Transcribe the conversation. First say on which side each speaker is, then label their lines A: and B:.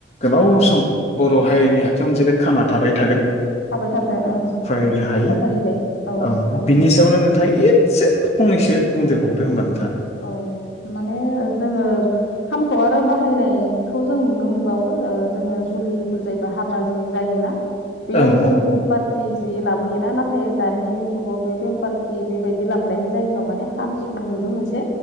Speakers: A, on the left; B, on the left.
A: गोलाव सम बर' हारिनि आखायावनो जे बे खामा थाबाय थागोन।
B: थाबाय थाथों ओं।
A: बुंनो हायो
B: आसा फारिबाय
A: औ
B: हायो
A: बिनि सायावनो नोंथांआ ईथसे फंनैसो बुंदेरबावदो होनबानो
B: औ माने जोंङो खामखौ आरो बाहायनाय खौ जों नुनो मोनबावो ओ जोंङो जुलि जायबा हाबा जायोना बेयाव
A: ओं
B: जोंङो
A: ओं
B: बेमपार जि जि लाबोयोना नाथाय दानि जुगाव बे बेमपारटि बेबायदि लाबोनायनि जायगायाव माने खाम सिफुं सिफुंनिबो मोनसे